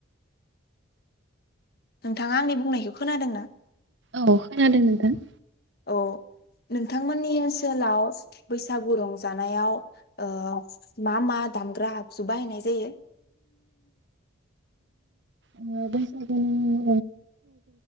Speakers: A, on the left; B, on the right.
A: नोंथाङा आंनि बुंनायखौ खोनादों ना?
B: औ खोनादों नोंथां।
A: औ नोंथांमोननि ओनसोलाव बैसागु रंजानायाव ओ मा मा दामग्रा आगजु बाहायनाय जायो?
B: ओ बैसागुनि